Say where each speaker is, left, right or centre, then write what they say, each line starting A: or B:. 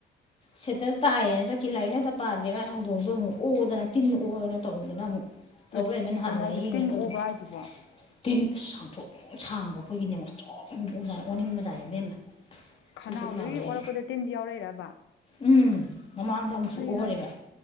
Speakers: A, on the left; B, on the left.
A: ꯁꯦꯠꯇꯔ ꯇꯥꯏꯌꯦꯅ ꯆꯠꯈꯤ ꯂꯥꯏꯔꯤꯛꯅ ꯄꯥꯗꯦ ꯃꯥꯏ ꯍꯧꯗꯣꯡꯗꯣ ꯑꯃꯨꯛ ꯑꯣꯗꯅ ꯇꯤꯟ ꯑꯣꯗꯅ ꯇꯧꯗꯅ ꯑꯃꯨꯛ ꯇꯧ
B: ꯑꯦ
A: ꯂꯩꯔꯝꯃꯦ ꯅꯍꯥꯟ
B: ꯀꯩꯅꯣ ꯍꯥꯏꯖꯤ
A: ꯂꯥꯏꯌꯦꯡꯉꯦ
B: ꯇꯤꯟ
A: ꯇꯧꯗꯅ
B: ꯑꯣꯕ ꯍꯥꯏꯁꯤꯕꯣ
A: ꯇꯤꯟ ꯁꯥꯡꯇ꯭ꯔꯣꯡ ꯁꯥꯡꯕ ꯑꯩꯈꯣꯏꯒꯤꯅꯦ ꯉꯧꯁꯣꯛ ꯉꯧꯕ ꯑꯣꯖꯥꯅꯤ ꯑꯣꯟꯅꯤꯡꯕꯖꯥꯠꯅꯤ ꯏꯕꯦꯝꯃ
B: ꯈꯅꯥꯎ
A: ꯊꯨꯛ ꯊꯨꯛ ꯂꯥꯎꯔꯦ
B: ꯗꯒꯤ ꯑꯣꯔꯛꯄꯗ ꯇꯤꯟꯖꯦ ꯌꯥꯎꯔꯛꯏꯔꯕ
A: ꯎꯝ ꯃꯃꯥꯡꯗ ꯑꯃꯨꯛꯁꯨ
B: ꯀꯔꯤꯅꯣ
A: ꯑꯣꯍꯔꯦꯕ
B: ꯍꯥꯏꯁꯦ